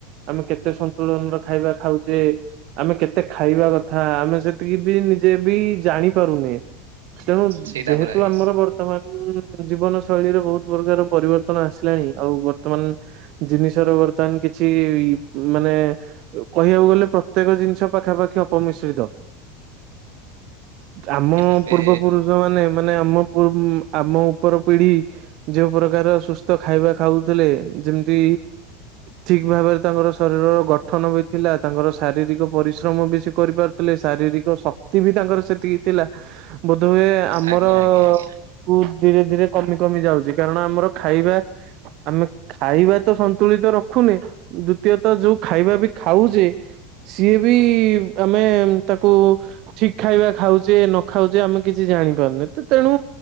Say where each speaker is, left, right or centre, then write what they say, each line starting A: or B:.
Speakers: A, on the right; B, on the right.
A: ଆମେ କେତେ ସନ୍ତୁଳନ ର ଖାଇବା ଖାଉଛେ ଆମେ କେତେ ଖାଇବା କଥା ଆମେ ସେତିକି ବି ନିଜେ ବି ଜାଣି ପାରୁନେ ତେଣୁ
B: ସେଇଟା
A: ଯେହେତୁ
B: ପରେ ଆଜ୍ଞା
A: ଆମର ବର୍ ବର୍ତ୍ତମାନ ଜୀବନ ଶୈଳୀରେ ବହୁତ ପ୍ରକାର ପରିବର୍ତ୍ତନ ଆସିଲାଣି ଆଉ ବର୍ତ୍ତମାନ ଜିନିଷ ର ବର୍ତ୍ତମାନ କିଛି ମାନେ କହିବାକୁ ଗଲେ ପ୍ରତ୍ୟେକ ଜିନିଷ ପାଖାପାଖି ଅପମିଶ୍ରିତ। ଆମ
B: ଏବେ
A: ପୂର୍ବ ପୁରୁଷ ମାନେ ମାନେ ଆମ ପୂ ଆମ ଉପର ପିଢି ଯୋଉ ପ୍ରକାର ସୁସ୍ଥ ଖାଇବା ଖାଉଥିଲେ ଯେମିତି ଠିକ ଭାବରେ ତାଙ୍କର ଶରୀରର ଗଠନ ବି ଥିଲା ତାଙ୍କର ଶାରୀରିକ ପରି ଶ୍ରମ ବି ସିଏ କରିପାରୁଥିଲେ ଶାରୀରିକ ଶକ୍ତି ବି ତାଙ୍କର ସେତିକି ଥିଲା। ବୋଧହୁଏ ଆମର
B: ଆଜ୍ଞା ଆଜ୍ଞା ଆଜ୍ଞା
A: କୁ ଧୀରେ ଧୀରେ କମି କମି ଯାଉଛି କାରଣ ଆମର ଖାଇବା ଆମେ ଖାଇବା ତ ସନ୍ତୁଳିତ ରଖୁନି ଦୁତୀୟତଃ ଯୋଉ ଖାଇବା ବି ଖାଉଛେ ସିଏ ବି ଆମେ ତାକୁ ଠିକ ଖାଇବା ଖାଉଛେ ନ ଖାଉଛେ ଆମେ କିଛି ଜାଣିପାରୁନେ ତ ତେଣୁ